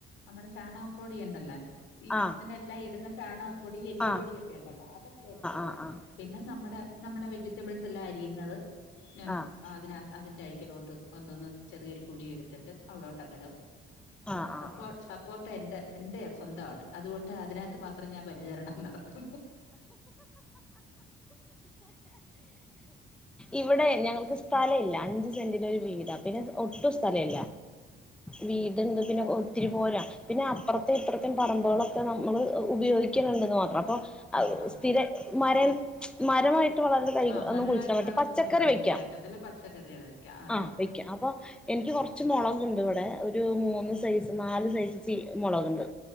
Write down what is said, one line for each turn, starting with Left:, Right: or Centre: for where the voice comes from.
Left: നമ്മടെ ചാണകപൊടി ഇണ്ടല്ലേ ഈ
Centre: ആഹ്
Left: ഇതിനെല്ലാം ഇടുന്ന ചാണ പൊടി എല്ല്
Centre: ആഹ്
Left: പൊടിയൊക്കെ ഒണ്ടല്ലോ അതൊക്കെ എട്ത്തിടും.
Centre: ആഹ് ആഹ്
Left: പിന്നെ നമ്മടെ, നമ്മടെ വെജിറ്റബിൾസ് എല്ലാം അരിയുന്നത് ഞാൻ
Centre: ആഹ് ആഹ്
Left: അതിനാ അതിന്റെ അഴിക്കിലോട്ട് കൊണ്ടോന്ന് ചെറിയൊരു കുഴി എടുത്തിട്ട് അവിടോട്ടങ്ങിടും.
Centre: ആഹ്
Left: ആ സപ്പോ
Centre: ആഹ് ആഹ്
Left: സപ്പോർടാ എന്റെ എന്റെ സ്വന്താണ് അതുകൊണ്ട് അതിനാത്ത് മാത്രം ഞാൻ പരിചരണം നട ത്തു
Centre: ഇവടെ ഞങ്ങൾക്ക് സ്ഥലില്ല അഞ്ച് സെന്റില് ഒരു വീടാ പിന്നെ ഒട്ടും സ്ഥലില്ല വീ തിണ്ട് പിന്നെ ഒത്തിരി പോരാ, പിന്നെ അപ്പർത്തെ ഇപ്പർത്തേം പറമ്പുകളൊക്കെ നമ്മള് ഉപയോഗിക്കിണിണ്ട്ന്ന് മാത്രം, അപ്പൊ അഹ്
Left: ആഹാ.
Centre: സ്ഥിര മരം മരമായ് ട്ട് വളർന്ന തൈക
Left: ആഹ് മരമായിട്ട്
Centre: ഒന്നും കുഴ്‌ചിടാൻ പറ്റില്ല
Left: വളർത്തുന്നതൊന്നും
Centre: പച്ചക്കറി വെക്കാം,
Left: ചെയ്യാക്കത്തില്ല. പച്ചക്കറികള് വെക്കാം അതേ
Centre: ആഹ്
Left: ഉള്ളൂ.
Centre: വെക്കാം, അപ്പൊ എനിക്ക് കൊർച്ച് മൊളക്ണ്ട് ഇവടെ ഒരു മൂന്ന് സയ്‌സ് നാല് സയ്‌സ് ചി മൊളക്ണ്ട്.